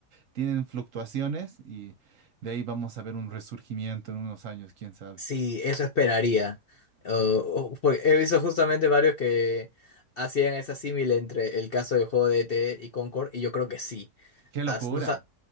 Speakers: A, on the right (about 60°); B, on the left (about 50°).
A: tienen fluctuaciones y de ahí vamos a ver un resurgimiento en unos años, quién sabe.
B: Sí, eso esperaría. O- o- porque he visto justamente varios que hacían esa símil entre el caso del juego de ET y Concord, y yo creo que sí.
A: Qué locura.
B: As- no sa-